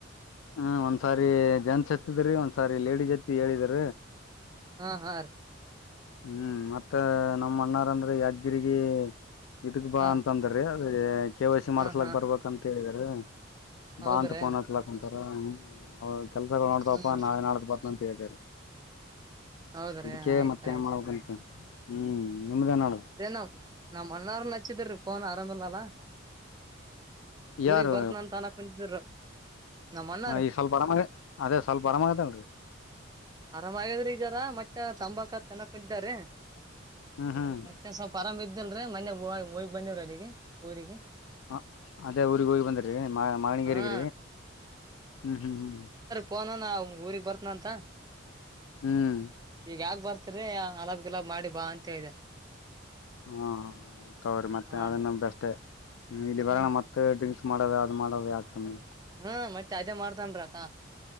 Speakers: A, on the left (about 80°); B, on the right (about 20°).
A: ಹ್ಮ ಒಂದ್ಸಾರಿ ಜೆಂಟ್ಸ್ ಎತ್ತದ್ರೀ ಒಂದ್ಸಾರಿ ಲೇಡೀಸ್ ಎತ್ತ ಹೇಳಿದ್ರ
B: ಹಾ ಹಾ ರೀ
A: ಹ್ಮ್ ಮತ್ತ ನಮ್ಮ ಅಣ್ಣಾರಂದ್ರೆ ಯಾದಗಿರಿಗೆ ಇದಕ್ ಬಾ
B: ಹಾ
A: ಅಂತಂದ್ರ ಅ ಕೆ ವೈಸಿ
B: ಹಾ
A: ಮಾಡ್ಸ್ಲಕ್
B: ಹಾ
A: ಬರ್ಬೇಕ ಅಂತ ಹೇಳಿದೀ
B: ಹೌದ್ರಿ
A: ಬಾತ್ ಪೋನ್ತ್ಲ ಒಂಥರ ಹ ಕೆಲಸಗಳು ನೋಡ್ದವಪ್ಪ
B: ಹ್ಮ
A: ನಾಳೆ ನಾಡಕ್ ಬತ ಅಂತಾರೆ
B: ಹೌದ್ರಿ
A: ಅದಕ್ಕೆ
B: ಆಯ್ತ
A: ಮತ್ತ ನ್
B: ಆಯ್ತು
A: ಮಾಡಬೇಕಂತ ಹ್ಮ್ ನಿಮ್ದೇ ನೋಡ
B: ನ್ ನಮ್ಮ ಅಣ್ಣರ ಹಚ್ಚಿದ್ರೀ ಫೋನ್ ಆರಾಮ ಇಲ್ಲಲ್ಲ ಊರಿಗ್
A: ಯಾರು
B: ಬರ್ತ್ನ ಅಂತ ಅನ ಕುಂತಿದ್ರ ನಮ್ಮ್ ಅಣ್ಣ ರೀ
A: ಈ ಸ್ವಲ್ಪ ಅರಮ ಅದೇ ಸ್ವಲ್ಪ ಅರಾಮಾಗ ನಡ್ರರಿ
B: ಆರಾಮ ಆಗಾದ್ರಿ ಈ ಜರ ಮತ್ತೆ ತಂಬಾಕ ತನ್ನ ಕುಂತಾರ ಮ
A: ಹ್ಮ್ ಹ್ಮ್
B: ಮತ್ತ ಸ್ವಲ್ಪ ಆರಾಮ್ ಇದಲ್ರರಿ ಮೊನ್ನೇ ಹೋಗಿ ಬಂದ್ವಿ ರಿ ಅಲ್ಲಿಗೆ ಊರಿಗೆ
A: ಹ ಅದೇ ಊಗ್ ಹೋಗಿ ಬಂದ್ರೀ ಮಣಿಗೇರಿಗ
B: ಹಾ
A: ಹ್ಮ್ ಹ್ಮ್ ಹ್ಮ್
B: ಫೊನ್ ನ್ ಊರಿಗೆ ಬರ್ತನ ಅಂತ
A: ಹ್ಮ್
B: ಈಗ ಯಾಕ ಬರ್ತರಿ ಅಲಬ್ ಗಿಲಾಬ್ ಮಾಡಿ ಬಾ ಅಂತ ಹೇಳಿದಾರೆ
A: ಹ್ಮ ಹ ತವ್ರರಿ ಮತ್ತೆ
B: ಹಾ
A: ಅದನ್ನು ಬೆಸ್ ಇಲ್ಲಿ
B: ಹ್ಮ್
A: ಬರೋಣ ಮ ಮತ್ತೆ ಡ್ರಿಂಕ್ಸ್ ಮಾಡೋದ ಅದು ಮಾಡೋದ ಯಾಕ ಸುಮ್ನೇ
B: ಹ್ಮ ಮತ್ತೆ ಅದೇ ಮಾಡ್ತನ್ರ ಆತ